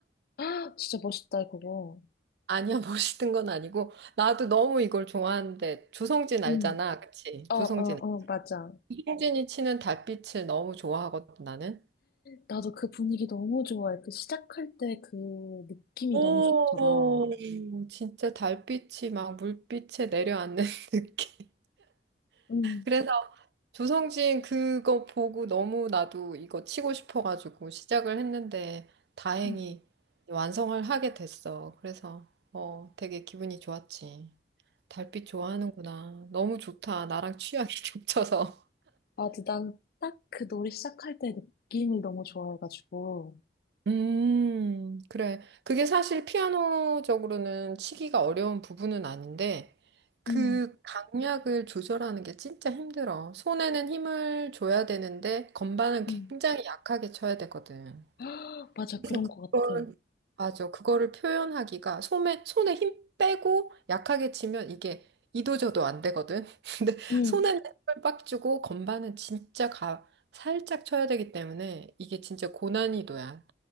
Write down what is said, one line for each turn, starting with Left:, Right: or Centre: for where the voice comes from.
Left: 아, 진짜 멋있다, 그거.
Right: 아니야, 멋있는 건 아니고. 나도 너무 이걸 좋아하는데, 조성진 알잖아.
Left: 응.
Right: 그치?
Left: 어,
Right: 조성진.
Left: 어, 어, 맞아.
Right: 조성진이 치는 달빛을 너무 좋아하거든, 나는.
Left: 나도 그 분위기 너무 좋아해. 그 시작할 때 그 느낌이
Right: 오,
Left: 너무 좋더라.
Right: 진짜 달빛이 막 물빛에 내려앉는 <laughs> 느낌.
Left: 응,
Right: 그래서 조성진 그거 보고 너무 나도 이거 치고 싶어가지고 시작을 했는데 다행히
Left: 응.
Right: 완성을 하게 됐어. 그래서 어, 되게 기분이 좋았지. 달빛 좋아하는구나. 너무 좋다. 나랑 취향이 <laughs> 겹쳐서.
Left: 맞아. 난 딱 그 노래 시작할 때 느낌을 너무 좋아해가지고.
Right: 음, 그래. 그게 사실 피아노적으로는 치기가 어려운 부분은 아닌데 그
Left: 응,
Right: 강약을 조절하는 게 진짜 힘들어. 손에는 힘을 줘야 되는데 건반은 굉장히
Left: 응.
Right: 약하게 쳐야 되거든.
Left: <gasps> 아, 맞아.
Right: 그래서
Left: 그런
Right: 그걸
Left: 것 같아.
Right: 맞아. 그거를 표현하기가 손에 손에 힘 빼고 약하게 치면 이게 이도저도 안 되거든. <laughs> 근데
Left: 응.
Right: 손에는 힘을 빡 주고 건반은 진짜 가 살짝 쳐야 되기 때문에 이게 진짜 고난이도야.